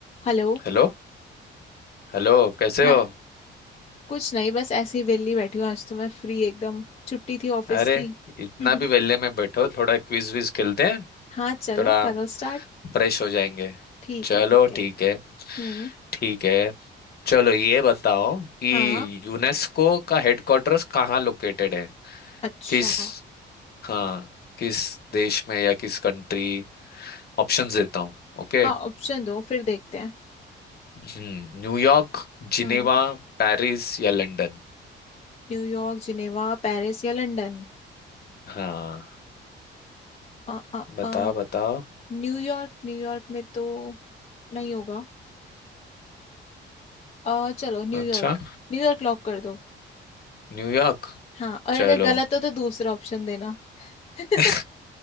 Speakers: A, on the left; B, on the left.
A: Hello
B: Hello Hello कैसे
A: हाँ
B: हो
A: कुछ नहीं बस ऐसे ही वेली बैठी हूँ आज तो मैं फ्री एकदम छुट्टी थी ऑफिस
B: अरे
A: की
B: इतना
A: <laughs>
B: भी वेले में बैठो थोड़ा क्विज विज खेलते हैं
A: हाँ चलो
B: थोड़ा
A: करो स्टार्ट
B: फ्रेश हो जाएंगे
A: ठीक
B: चलो
A: है ठीक है
B: ठीक है
A: हम्म
B: ठीक है चलो ये बताओ कि
A: हाँ
B: यूनेस्को का हेडक्वार्टर्स कहाँ लोकेटेड है
A: अच्छा
B: किस हाँ किस देश में या किस कंट्री ऑप्शंस देता हूँ ओके
A: हाँ ऑप्शन दो फिर देखते हैं
B: हम्म न्यूयॉर्क जिनेवा
A: हम्म
B: पेरिस या लंदन
A: न्यूयॉर्क जिनेवा पेरिस या लंदन
B: हाँ
A: अ अ
B: बताओ
A: अ
B: बताओ
A: न्यूयॉर्क न्यूयॉर्क में तो नहीं होगा अ चलो न्यूयॉर्क
B: अच्छा
A: न्यूयॉर्क लॉक कर दो
B: न्यूयॉर्क
A: हाँ और
B: चलो
A: अगर गलत हो तो दूसरा ऑप्शन देना <laughs>
B: <laughs>